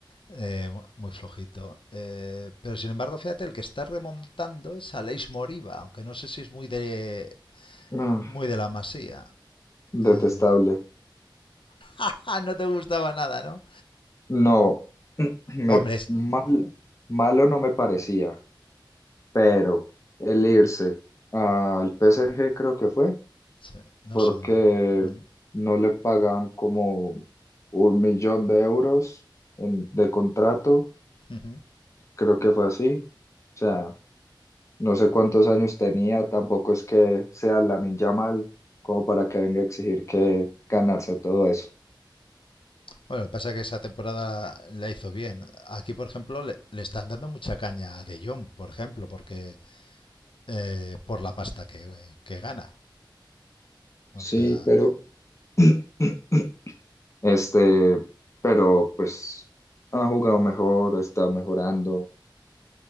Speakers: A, on the left; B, on the left.
A: eh, muy flojito. Eh, pero sin embargo, fíjate, el que está remontando es Aleix Moriba, aunque no sé si es muy de,
B: Ah,
A: muy de la masía. Eh,
B: detestable.
A: ah, no te gustaba nada, ¿no?
B: No, <clears throat> me,
A: Hombre, es-
B: mal,
A: mm,
B: malo no me parecía, pero el irse al PSG creo que fue
A: sí, no
B: porque
A: sé. Mm,
B: no le pagaban como un millón de euros en- de contrato,
A: mm, ujú.
B: creo que fue así. O sea, No sé cuántos años tenía, tampoco es que sea Lamine Yamal como para que venga a exigir que ganarse todo eso.
A: Bueno, pasa que esa temporada la hizo bien. Aquí, por ejemplo, le, le están dando mucha caña a De Jong, por ejemplo, porque eh, por la pasta que, que gana. O
B: Sí,
A: sea,
B: pero <clears throat> Este, pero pues ha jugado mejor, está mejorando.